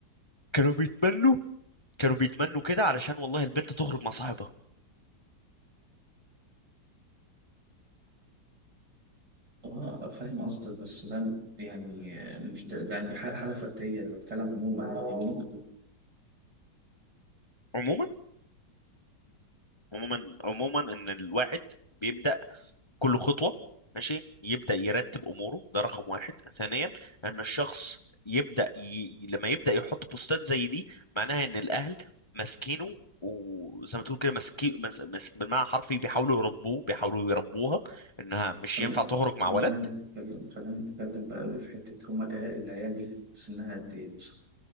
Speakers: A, on the left; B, on the right.
A: كانوا بيتمنوا كانوا بيتمنوا كده علشان والله البنت تخرج مع صاحبها
B: اه فاهم قصدك بس ده يعني مش ده, ده عندي حالة حالة فردية أنا بتكلم عموما يعني
A: عموما عموما عموما ان الواحد بيبدا كل خطوه ماشي يبدا يرتب اموره ده رقم واحد ثانيا ان الشخص يبدا ي... لما يبدا يحط بوستات زي دي معناها ان الاهل ماسكينه وزي ما تقول كده ماسكين مس... مس... بالمعنى الحرفي بيحاولوا يربوه بيحاولوا يربوها انها مش
B: خلينا
A: ينفع تخرج مع
B: خلينا
A: ولد
B: نتكلم خلينا نتكلم بقى في حتة هما العيال العيال دي كانت سنها قد إيه مثلا؟